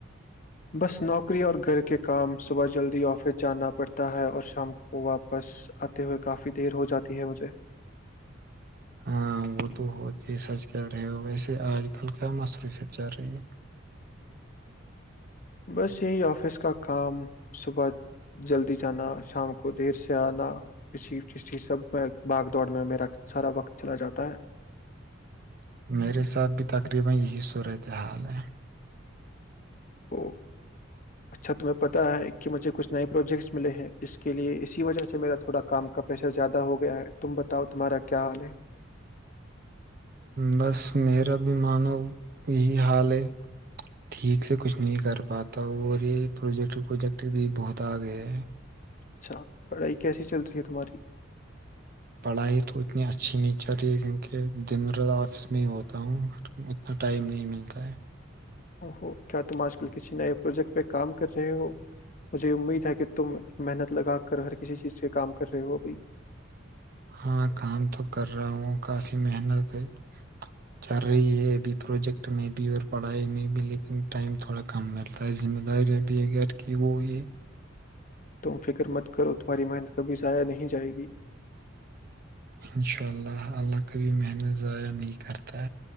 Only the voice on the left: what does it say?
بس نوکری اور گھر کے کام صبح جلدی آفس جانا پڑتا ہے اور شام کو واپس آتے ہوئے کافی دیر ہو جاتی ہے مجھے
بس یہی آفس کا کام صبح جلدی جانا شام کو دیر سے آنا کسی سب باغ دوڑ میں میرا سارا وقت چلا جاتا ہے
ا اچھا تمہیں پتا ہے کہ مجھے کچھ نئے پروجیکٹس ملے ہیں اس کے لیے اسی وجہ سے میرا تھوڑا کام کا پریشر زیادہ ہو گیا ہے تم بتاؤ تمہارا کیا حال ہے
اچھا پڑھائی کیسی چل رہی ہے تمہاری
او کیا تم آج کل کسی نئے پروجیکٹ پہ کام کر رہے ہو مجھے امید ہے کہ تم محنت لگا کر ہر کسی چیز سے کام کر رہے ہو ا بھائی
تم فکر مت کرو تمہاری محنت کبھی ضائع نہیں جائے گی